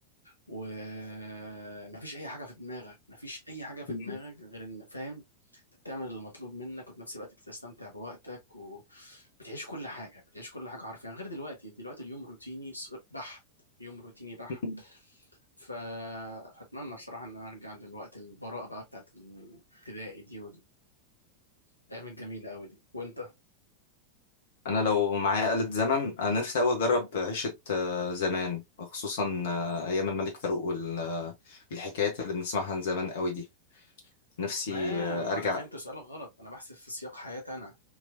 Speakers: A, on the left; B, on the left.
A: ومفيش اي حاجة في دماغك مفيش اي حاجة في
B: <laughs>
A: دماغك غير ان فاهم انت بتعمل المطلوب منك وفي نفس الوقت بتستمتع بوقتك وبتعيش كل حاجة بتعيش كل حاجة حرفيا غير دلوقتي دلوقتي اليوم روتيني ص- بحت يوم روتيني بحت
B: مم.
A: ف... فأتمنى بصراحة إن أنا أرجع للوقت البراءة بقى بتاعت الابتدائي دي الايام الجميله قوي دي وانت
B: انا لو معايا آلة زمن انا نفسي قوي اجرب عيشة آه، زمان خصوصا آه، ايام الملك فاروق وال- آه، والحكايات اللي بنسمعها عن زمان قوي دي نفسي
A: تمام
B: آه، ارجع
A: انا فهمت سؤالك غلط انا بحسب في سياق حياتي انا